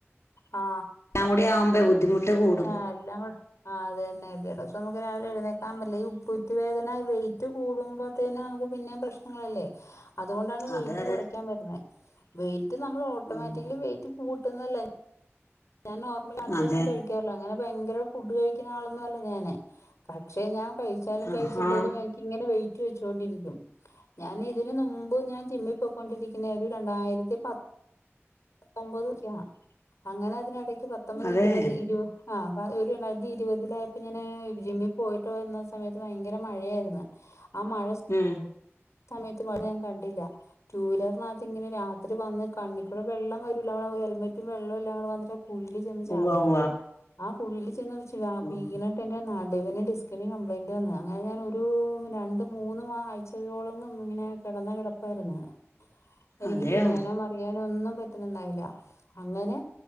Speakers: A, on the left (about 85°); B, on the left (about 70°).
A: ആ,
B: എല്ലാം കൂടി ആവുമ്പോ ബുദ്ധിമുട്ട് കൂടും
A: ആ എല്ലാം കൂടെ. ആ അതന്നെ ചെലോസം നമുക്ക് രാവിലെ എഴുന്നേ ക്കാൻ പറ്റില്ല ഈ ഉപ്പൂറ്റി വേദന വെയിറ്റ് കൂടുമ്പത്തേന് നമുക്ക് പിന്നേം പ്രശ്നങ്ങളല്ലേ. അതുകൊണ്ടാണ് വെയിറ്റ്
B: അതെ അതെ
A: കൊറക്കാൻ പറയുന്നേ വെയിറ്റ് നമ്മള് ഓട്ടോമാറ്റിക്കലി
B: ഉം
A: വെയിറ്റ് കൂട്ടുന്നല്ലെ. ഞാൻ നോർമൽ മാത്രേ
B: അതെ
A: ഞാൻ കഴിക്കാറുള്ളൂ അങ്ങനെ ഭയങ്കര ഫുഡ് കഴിക്കുന്ന ആളന്നുല്ലാ ഞാന് പക്ഷെ ഞാൻ. കഴിച്ചാലും കഴിച്ചില്ലേലും
B: ആഹാ
A: എനിക്കിങ്ങനെ വെയിറ്റ് വെച്ചൊണ്ടിരിക്കും. ഞാൻ ഇതിന് മുമ്പ് ഞാൻ ജിമ്മി പോയിക്കൊണ്ടിരിക്കുന്നെ ഒരു രണ്ടായിരത്തി പത്ത്. പത്തൊമ്പത്ക്ക അങ്ങനെ അതിനിടക്ക് പത്തൊമ്പത്,
B: അതെ
A: ഇരുപത്, ഇരുപത്. ആഹ് അപ്പ ഒരു രണ്ടായിരത്തി ഇരുപതിലായപ്പോ ഞാന് ജിമ്മി പോയിട്ട് വരന്ന സമയത്ത് ഭയങ്കര മഴയായിരുന്നു. ആ മഴ.
B: ഉം.
A: സമയത്ത് അ ഞാൻ കണ്ടില്ല ടു വീലറിനകത്ത്ങ്ങനെ രാത്രി വന്ന് കണ്ണി കണ്ണിക്കൂടെ വെള്ളം വരൂല്ല നമ്മ ഹെൽമെറ്റും വെള്ളും എല്ലാം കൂടെ വന്നിട്ട് കുഴിൽ ചെന്ന് ചാടി.
B: ഉവ്വ ഉവ്വ
A: ആ കുഴിൽ ചെന്നച്ച് വീണി
B: ഉം
A: എൻ്റെ നടുവിന് ഡിസ്കിന് കംപ്ലയിന്റ് വന്നു അങ്ങനെ ഞാനൊരു രണ്ട് മൂന്ന് മാ ആയ്ച്ചകളോളംഅങ്ങനെ. കെടന്ന കെടപ്പായിരുന്നു എനിക്ക്
B: അതെയോ
A: തിരിയാനൊ മറി യാനോ ഒന്നും പറ്റുന്നുണ്ടായില്ല അങ്ങനെ.